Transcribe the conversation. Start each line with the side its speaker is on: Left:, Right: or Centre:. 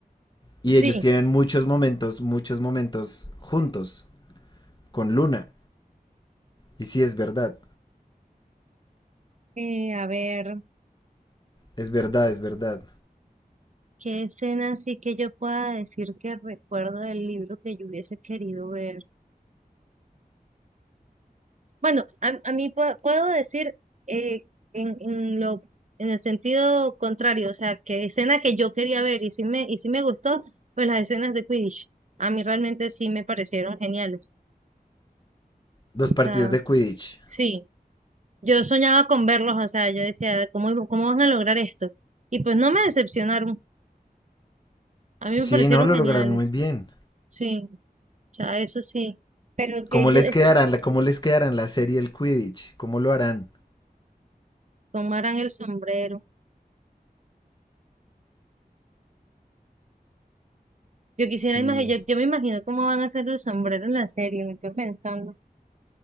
Left: Y
Right: sí.
Left: ellos tienen muchos momentos, muchos momentos juntos con Luna. Y sí, es verdad,
Right: Eh, a ver,
Left: es verdad, es verdad.
Right: ¿qué escena sí que yo pueda decir que recuerdo del libro que yo hubiese querido ver? Bueno, a, a mí pu- puedo decir eh, en, en lo, en el sentido contrario, o sea, que escena que yo quería ver y sí me, y sí me gustó, pues las escenas de Quidditch. A mí realmente sí me parecieron geniales.
Left: Los
Right: O
Left: partidos
Right: sea,
Left: de Quidditch.
Right: sí. Yo soñaba con verlos, o sea, yo decía, ¿cómo, cómo van a lograr esto? Y pues no me decepcionaron, a mí
Left: Sí,
Right: me parecieron
Left: no, lo
Right: geniales,
Left: lograron muy bien.
Right: sí, o sea, eso sí, pero que
Left: ¿Cómo
Right: ellos
Left: les
Right: es
Left: quedarán,
Right: que
Left: la- cómo les quedarán la serie del Quidditch? ¿Cómo lo harán?
Right: tomaran el sombrero. Yo quisiera
Left: Sí.
Right: imaginar, yo, yo me imagino cómo van a hacer el sombrero en la serie, me quedo pensando,